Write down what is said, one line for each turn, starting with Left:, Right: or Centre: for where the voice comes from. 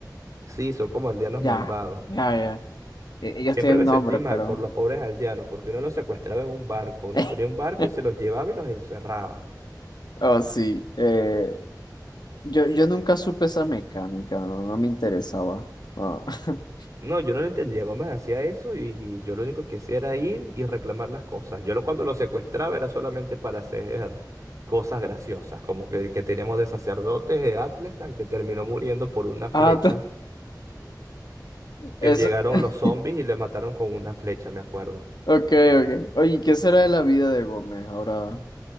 Right: Sí, son como aldeanos
Left: Ya,
Right: malvados.
Left: ya, ya. E- Ellos
Right: Siempre
Left: tienen
Right: me
Left: un nombre,
Right: sentí mal
Left: pero.
Right: por los pobres aldeanos, porque uno los secuestraba en un barco, uno
Left: <laughs>
Right: ponía un barco y se los llevaba y los encerraba.
Left: Oh, sí. eh, yo, yo nunca supe esa mecánica, no, no me interesaba. Ah, <laughs>
Right: No, yo no lo entendía cómo se hacía eso y y yo lo único que hacía era ir y reclamar las cosas. Yo lo, cuando lo secuestraba era solamente para hacer cosas graciosas, como que el que teníamos de sacerdotes de Atlestan que terminó muriendo por una flecha,
Left: Ah, t- eso.
Right: que llegaron
Left: <laughs>
Right: los zombies y le mataron con una flecha, me acuerdo.
Left: Ok, ok. Oye, ¿qué será de la vida de Gómez ahora?